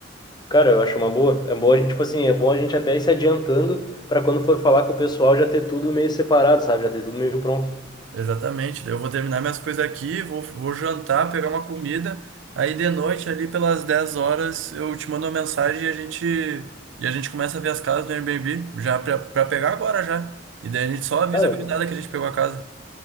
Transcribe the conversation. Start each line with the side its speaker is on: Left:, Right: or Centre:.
Left: Cara, eu acho uma boa. É bom a gente, tipo assim, é bom a gente até ir se adiantando pra quando for falar com o pessoal já ter tudo meio separado, sabe? Já ter tudo meio pronto.
Right: Exatamente. Daí eu vou terminar minhas coisas aqui, vou, vou jantar, pegar uma comida. Aí de noite, ali pelas 10 horas, eu te mando uma mensagem e a gente, e a gente começa a ver as casas no Airbnb, já pra, pra pegar agora já. E daí a gente só avisa
Left: Cara,
Right: a gurizada que a gente pegou a casa.